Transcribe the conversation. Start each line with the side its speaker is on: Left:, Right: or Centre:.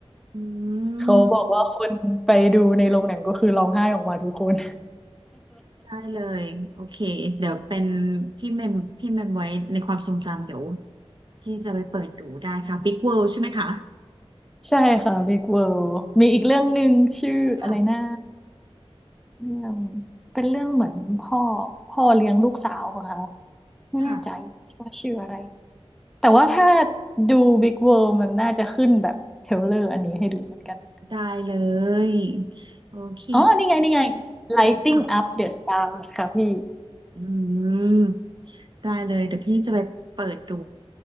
Right: อื
Centre: เขาบอกว่าคนไปดูในโรงหนังก็คือร้องไห้ออกมาทุกคน
Right: มได้เลยโอเคเดี๋ยวเป็นพี่เมมพี่เมมไว้ในความทรงจำเดี๋ยวพี่จะไปเปิดดูได้ค่ะ Big World ใช่ไหมคะ
Centre: ใช่ค่ะ Big World มีอีกเรื่องหนึ่งชื่ออะไรนะ
Right: ค่ะ
Centre: เรื่องเป็นเรื่องเหมือนพ่อพ่อเลี้ยงลูกสาวป่ะคะไม่แน่ใจ
Right: ค่ะ
Centre: ว่าชื่ออะไรแต่ว่าถ้าดู Big World มันน่าจะขึ้นแบบเทรลเลอร์อันนี้ให้ดูเหมือนกัน
Right: ได้เลยโอเค
Centre: อ๋อ นี่ไง นี่ไง Lighting
Right: ค่ะ
Centre: Up the Stars ค่ะพี่
Right: อืมได้เลยเดี๋ยวพี่จะไปเปิดดู